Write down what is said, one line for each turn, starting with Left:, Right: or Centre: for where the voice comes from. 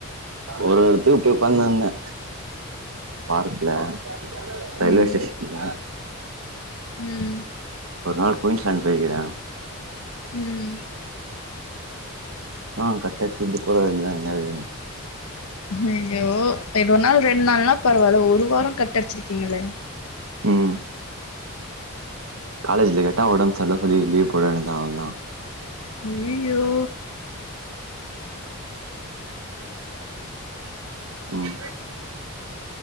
Right: ஒரு எடத்துக்கு போய் உக்காந்தாங்க பார்க்ல
Left: ம்
Right: ரயில்வே ஸ்டேஷன்ல
Left: ம்
Right: ஒரு நாள் குயின்ஸ் லேண்டு போயிக்குற
Left: ம்
Right: ஆ கட்டடுச்சு இப்டி கோல வேண்டிதா எங்கயாவது
Left: ஐயோ போயிட்டு ஒரு நாள் ரெண் நாள்னா பரவால்ல ஒரு வாரங் கட்டடுச்சுருக்கீங்களே
Right: ம் காலேஜ்ல கேட்டா ஒடம் சர்ல சொல்லி லீவ் போட வேன்டிதா அவ்ளதா
Left: அயையோ
Right: ம்